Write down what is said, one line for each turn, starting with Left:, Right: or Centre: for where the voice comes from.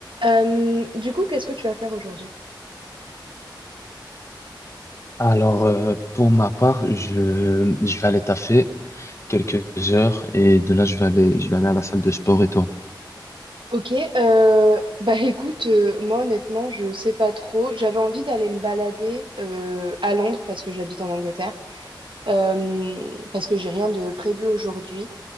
Right: Euh, du coup, qu'est-ce que tu vas faire aujourd'hui?
Left: Alors, euh, pour ma part, je, je vais aller taffer quelques heures et de là, je vais aller, je vais aller à la salle de sport et toi?
Right: Ok, euh, bah <laughs> écoute, euh, moi honnêtement, je sais pas trop. J'avais envie d'aller me balader euh, à Londres parce que j'habite en Angleterre, euh, parce que j'ai rien de prévu aujourd'hui.